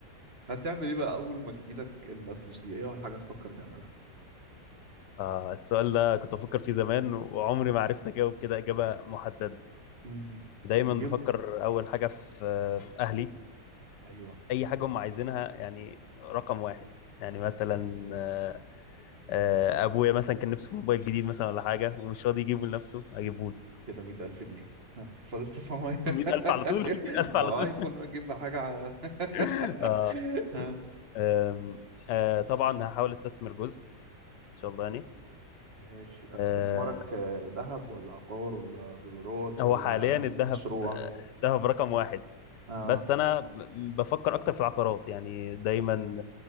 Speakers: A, on the right; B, on the left.
A: هتعمل ايه بقى اول ما تجيلك المسج دي ايه اول حاجه تفكر تعملها
B: آه السؤال ده كنت بفكر فيه زمان وعمري ما عرفت اجاوب كده اجابه محدده
A: امم
B: دايما
A: مليون
B: بفكر
A: جنيه
B: اول حاجه في في اهلي
A: ايوه
B: اي حاجه هم عايزينها يعني رقم واحد يعني مثلا آه، آه، ابويا مثلا كان نفسه في موبايل جديد مثلا ولا حاجه ومش راضي يجيبه لنفسه اجيبه له
A: كده مية ألف جنيه <laughs> ها، فاضل 900
B: <laughs> 100000 على
A: <laughs>
B: طول <laughs> 100000
A: ما
B: على
A: هو
B: طول
A: ايفون ما تجيب حاجة ع- <laughs>
B: <laughs> آه،
A: ها.
B: آم، آه، طبعا هحاول استثمر جزء ان شاء الله يعني
A: ماشي استثمارك
B: آه،
A: آه، ذهب ولا عقار ولا دولارات
B: هو
A: ولا
B: حاليا الذهب
A: مشروع
B: الذهب رقم واحد
A: آه
B: بس انا ب- بفكر اكتر في العقارات يعني دايما